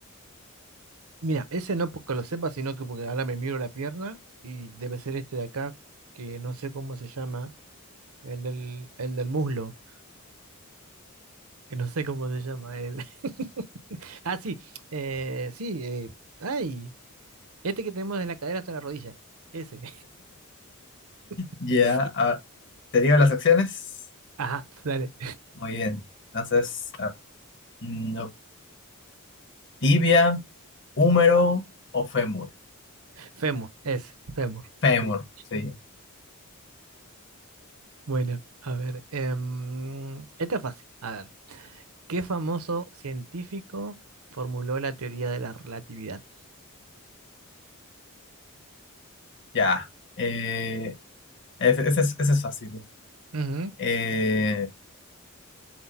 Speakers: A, on the right (about 75°); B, on the left (about 55°).
A: Mira, ese no porque lo sepa, sino que porque ahora me miro la pierna y debe ser este de acá, que no sé cómo se llama, el del, el del muslo, que no sé cómo se llama él. <laughs> Ah, sí, eh, sí, eh, ay, este que tenemos de la cadera hasta la rodilla, ese, <laughs>
B: Ya,
A: sí,
B: ah, ¿te digo las acciones?
A: ajá, dale,
B: Muy bien. Entonces, a ver, mm, no- tibia, húmero o fémur.
A: fémur, ese, fémur,
B: Fémur,
A: sí,
B: sí.
A: bueno, a ver, em, esta es fácil, a ver, ¿qué famoso científico formuló la teoría de la relatividad?
B: Ya. Eh, ese, ese es, ese es fácil.
A: Ujú,
B: Eh,